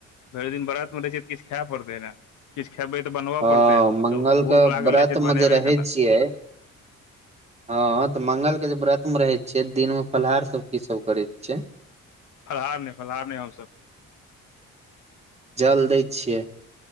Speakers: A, on the left; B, on the right.
A: भरि दिन बरतमे रहै छै तऽ किछु खायए पड़तै ने किछु खेबै तऽ बनबऽ
B: हँ
A: पड़तै
B: मंगल
A: तऽ भूख
B: के
A: लागल
B: व्रत
A: रहै छै तऽ
B: मे
A: बनेबै केना
B: <unintelligible> <unintelligible>
A: <inaudible>
B: हँ तऽ मंगल के जे व्रत मे रहे छियै दिन मे फलाहार सब की सब करै छिय
A: फलाहार नहि फलाहार नहि हमस
B: जल दै छियै